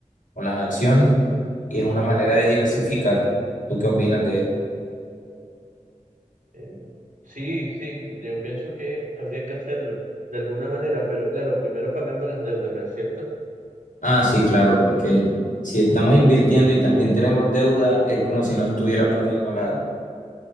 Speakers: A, on the left; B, on the right.
A: con las acciones y es una manera de diversificar. ¿Tú qué opinas de él?
B: Eh, sí, sí, yo pienso que habría que hacerlo de alguna manera, pero claro, primero pagando las deudas, ¿no es cierto?
A: Ah, sí, claro, porque si estamos invirtiendo y también tenemos deuda, es como si no estuviéramos haciendo nada.